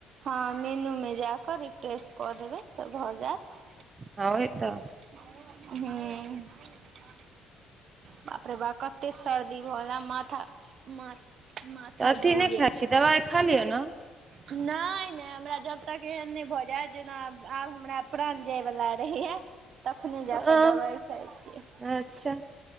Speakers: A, on the right; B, on the right.
A: हँ मेनू मे जाकऽ रिफ्रेश कऽ देबै तऽ भऽ जैत।
B: हां वही तऽ
A: हुं बाप रे बा कत्ते सर्दी भ गेल ऐं माथा म - माथा
B: तऽ
A: घूइम
B: अथी नहि
A: गेल
B: खाइ
A: अइछ।
B: छी दवाइ खा लिअ ने
A: नहि- नहि हमरा जब तक एहन नहि भऽ जैं जेना आब हमरा प्राण जाए वला रहैया तखने जाकऽ
B: अ
A: दबाइ खाइ छियै।
B: अच्छा